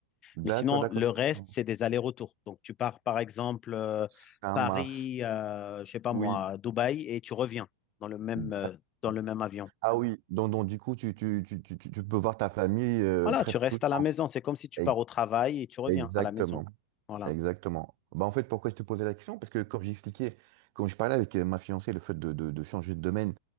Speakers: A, on the right; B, on the left.
A: D'accord,
B: Mais sinon,
A: d'accord.
B: le
A: Je
B: reste,
A: comprends.
B: c'est des allers-retours. Donc, tu pars par exemple euh,
A: Ça
B: Paris,
A: marche.
B: je je sais pas
A: Oui.
B: moi, Dubaï, et tu reviens dans le même,
A: D'accord.
B: euh, dans le même avion.
A: Ah oui. Donc, donc, du coup, tu, tu, tu, tu, tu- tu peux voir ta famille euh,
B: Voilà,
A: presque
B: tu restes
A: tout le
B: à
A: temps.
B: la maison. C'est comme si tu
A: E-
B: pars au travail et tu reviens
A: Exactement.
B: à la maison. Voilà.
A: Exactement. Bah, en fait, pourquoi je te posais la question? Parce que comme j'expliquais, quand je parlais avec euh, ma fiancée, le fait de, de- de changer de domaine